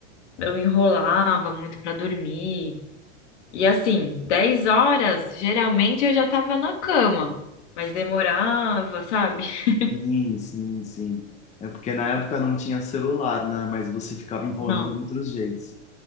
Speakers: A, on the left (about 75°); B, on the left (about 20°).
A: eu enrolava muito pra dormir. E assim, 10 horas, geralmente eu já tava na cama, mas demorava, sabe? <laughs>
B: Sim, sim, sim. É porque na época não tinha celular, né? Mas você ficava enrolando
A: Não.
B: de outros jeitos.